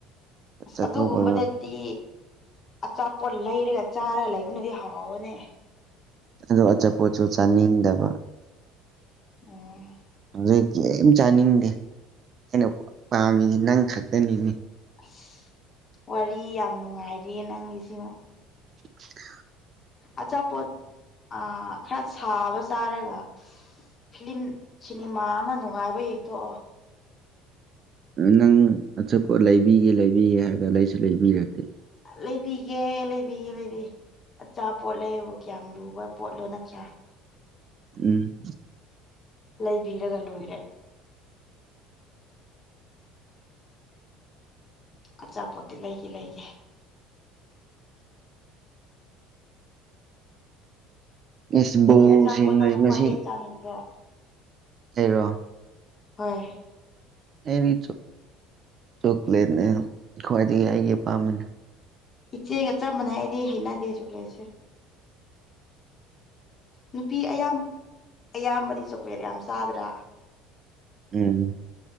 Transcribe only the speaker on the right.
ꯆꯠꯊꯣꯛꯄ
ꯑꯣꯗ‌ꯣ ꯑꯆꯥꯄꯣꯠꯁꯨ ꯆꯥꯅꯤꯡꯗꯕ
ꯍꯧꯩ ꯀꯔꯤꯝ ꯆꯥꯅꯤꯡꯗꯦ ꯑꯩꯅ ꯄꯥꯝꯃꯤ ꯅꯪ ꯈꯛꯇꯅꯤꯅ‌ꯦ
<inaudible>
ꯅꯪ ꯑꯆꯄꯣꯠ ꯂꯩꯕꯤꯒꯦ ꯂꯩꯕꯤꯒꯦ ꯍꯥꯏꯔꯒ ꯂꯩꯁꯨ ꯂꯩꯕꯤꯔꯛꯇꯦ
ꯎꯝ
ꯑꯦꯁ
ꯕꯣꯜꯁꯤ
ꯉꯁꯤ
ꯑꯩꯔꯣ
ꯑꯩꯗꯤ ꯆꯣꯀ꯭ꯂꯦꯠꯅꯦ ꯈ꯭ꯋꯥꯏꯗꯒꯤ ꯑꯩꯒꯤ ꯄꯥꯝꯕꯅꯦ
<inaudible>
ꯎꯝ